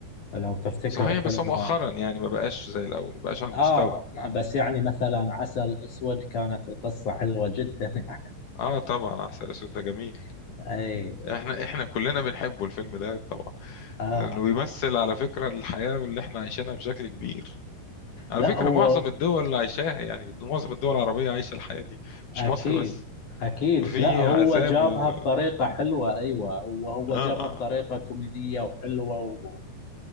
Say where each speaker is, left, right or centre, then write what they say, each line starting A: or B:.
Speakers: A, on the left; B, on the left.
A: لو تفتكر
B: صحيح
A: فيلمه
B: بس هو مؤخرا يعني ما بقاش زي الاول ما بقاش على المستوى
A: آه بس يعني مثلا عسل أسود كانت القصة حلوة جدا <laughs> يعني
B: اه طبعا عسل اسود ده جميل
A: أي
B: احنا احنا كلنا بنحبه الفيلم ده طبعا
A: آه
B: انه بيمثل على فكرة الحياة اللي احنا عايشينها بشكل كبير على
A: لا
B: فكرة
A: هو
B: معظم الدول اللي عايشاها يعني معظم الدول العربية عايشة الحياة دي مش
A: أكيد
B: مصر بس
A: أكيد
B: في
A: لا هو
B: عذاب
A: جابها
B: و...
A: بطريقة حلوة أيوة وهو
B: اه
A: جابها
B: اه
A: بطريقة كوميدية وحلوة